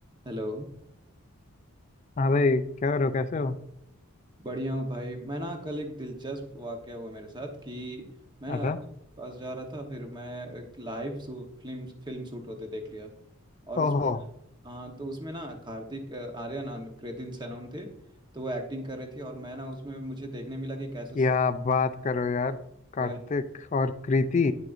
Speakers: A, on the right; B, on the left.
A: Hello
B: हाँ भाई क्या करो कैसे हो
A: बढ़िया हूँ भाई मैं ना कल एक दिलचस्प वाकया हुआ मेरे साथ कि मैं
B: अच्छा
A: ना पास जा रहा था फिर मैं एक लाइव फिल्म फिल्म शूट होते देख लिया और उस
B: ओहो
A: हाँ तो उसमें ना कार्तिक अ, आर्यन और कृतिन सेनन थे तो वो एक्टिंग कर रहे थे और मैं ना उसमें मुझे देखने मिला कि कैसे
B: क्या
A: स-
B: बात करो यार कार्तिक
A: वो-
B: और कृति